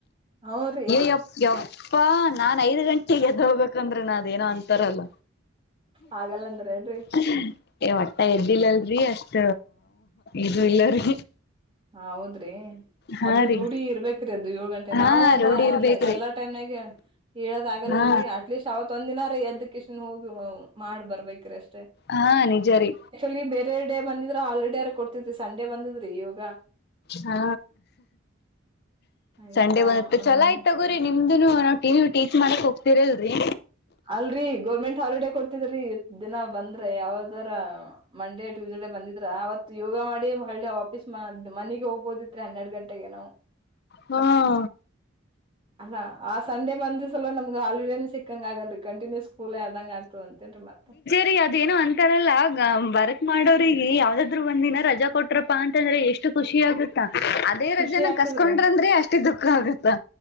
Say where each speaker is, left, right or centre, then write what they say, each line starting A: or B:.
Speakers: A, on the right (about 30°); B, on the left (about 55°).
A: ಹೂ ರೀ
B: ಯಪ್ಪ ಯಪ್ಪ ನಾನ್ ಐದ್ ಗಂಟೆಗೆ ಎದ ಹೋಗಬೇಕಂದ್ರೆ ನಂದ ಏನೋ ಅಂತಾರಲ್ಲ
A: ಹಾಗಲ್ಲ ಅಂದ್ರೇ ಏನ್ರಿ
B: ಹ್ಮ <unintelligible> ಏ ವಟ್ಟ ಎದ್ದಿಲ್ಲಲ್ರರಿ ಅಷ್ಟ ಇದು ಇಲ್ಲರಿ
A: ಹೌದ್ರಿ
B: ಹಾ
A: ಅದು
B: ರೀ
A: ರೂಢಿ ಇರ್ಬೇಕ ಅದು ಏಳು ಗಂಟೆ
B: ಹಾ
A: ನಾವು ಅದ
B: ರೂಢಿ ಇರ್ಬೇಕ್ರಿ
A: ಎಲ್ಲ ಎಲ್ಲಾ ಟೈಮ್ನಾಗ ಹೇಳದ ಆಗಲ್ಲಲ್ರರಿ
B: ಹಾ
A: ಅಟ್ಲೀಸ್ಟ್ ಅವ ತೊಂದ್ ದಿನಾರಿ ಎದ್ದಕ್ಕೆಶಷ್ಟನ್ ಹೋಗ ಮಾಡ್ ಬರ್ಬೇಕ್ರಿ ಅಷ್ಟೇ
B: ಹಾ ನಿಜ ರೀ
A: ಲಿ ಬೇರೆ ಡೇ ಬಂದಿದ್ರೆ ಹಾಲಿಡೇರ ಕೊಡ್ತತಿ ಸಂಡೆ ಬಂದಿದ್ರಿ ಇವಾಗ
B: ಹಾ
A: ಅಯ್ಯಪ್ಪಾ
B: ಸಂಡೆ ಬಂದತ್ತ
A: ಒಂದ
B: ಚಲೋ ಇತ್ತು ಹೋರಿ ನಿಮ್ದುನು ನಾವ್ ಟಿ ಟೀಚ್ ಮಾಡಕ್ ಹೋಗ್ತಿರಲ್ರರಿ
A: ಅಲ್ರರಿ ಗೋರ್ಮೆಂಟ್ ಹಾಲಿಡ ಕೊಡ್ತಿದ್ರಿ ಇ ದಿನ ಬಂದ್ರ ಯಾವದರ ಮಂಡೇ ಟ್ಯೂಸ್ಡೇ ಬಂದಿದ್ರ ಅವತ್ ಯೋಗ ಮಾಡಿ ಹಳ್ಳಿ ಆಪೀಸ್ ಮ ಮನೆಗೆ ಹೋಗ್ಬೋದಿದ್ರರಿ ಹನ್ನೆರಡ್ ಗಂಟೆಗೆ ನಾವು
B: ಹಾಂ
A: ಅಲ್ಲಾ ಆ ಸಂಡೆ ಬಂದ ಸಲ ನಮ್ಗ ಹಾಲಿಡೇನ ಸಿಕ್ಕಂಗ ಆಗಲ್ರಿ ಕಂಟಿನ್ಯೂ ಸ್ಕೂಲ್ ಆದಂಗ ಆಗ್ತದ ಅಂತೇನ್ರಿ ಮತ್ತ
B: ರಿ ಅದೇನೋ ಅಂತಾರಲ್ಲ ವರ್ಕ್ ಮಾಡೋವ್ರಿಗೆ ಯಾವ್ದಾದ್ರು ಒಂದ ದಿನ ರಜಾ ಕೊಟ್ರಪ್ಪಾ ಅಂತಂದ್ರೆ ಎಷ್ಟು. ಖುಷಿ ಆಗುತ್ತಾ ಅದೇ
A: ಖುಷಿ
B: ರಜೆನ
A: ಆಗ್ತದ್ರಿ
B: ಕಸ್ಕೊಂಡ್ರಂದ್ರೆ ಅಷ್ಟೇ ದುಃಖ ಆಗುತ್ತಾ